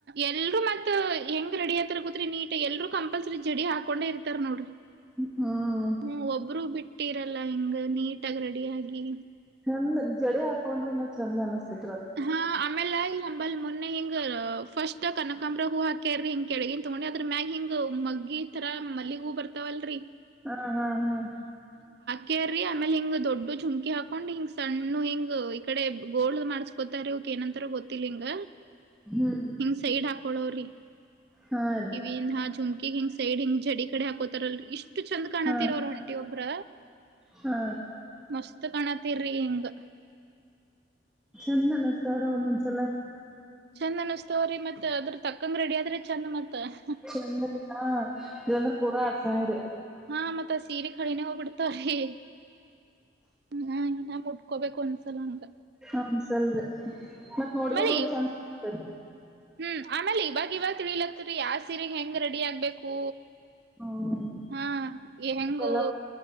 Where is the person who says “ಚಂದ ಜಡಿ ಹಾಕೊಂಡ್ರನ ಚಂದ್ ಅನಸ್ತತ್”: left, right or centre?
Centre